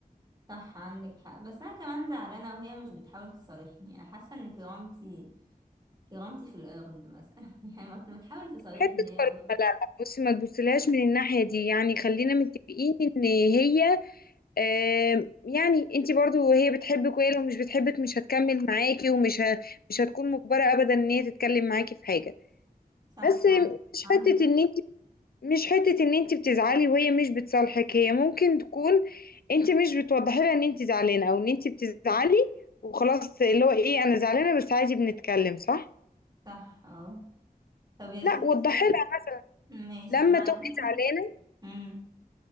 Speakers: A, on the right; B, on the left.
A: صح عندك حق بس انا كمان زعلانة وهي مش بتحاول تصالحني انا حاسة ان كرامتي كرامتي في الارض مثلا <laughs> يعني ما ما تحاول تصالحني
B: حتة
A: هي
B: كرامة
A: ولا
B: لا لا بصي ما تبصلهاش من الناحية دي يعني خلينا متفقين ان هي آم، يعني انت برضو هي بتحبك وهي لو مش بتحبك مش هتكمل معاكي ومش ه... مش هتكون مجبرة ابدا ان هي تتكلم معاكي في حاجة
A: صح
B: بس مش
A: عندك
B: حتة ان انت مش حتة ان انت بتزعلي وهي مش بتصالحك هي ممكن تكون انت مش بتوضحي لها ان انت زعلانة او ان انت بتزعلي وخلاص اللي هو ايه انا زعلانة بس عادي بنتكلم صح؟
A: صح اه طب يا
B: لا
A: ستي
B: وضحي لها
A: ماشي
B: لما
A: انا على
B: تبقي
A: فكرة
B: زعلانة
A: مم.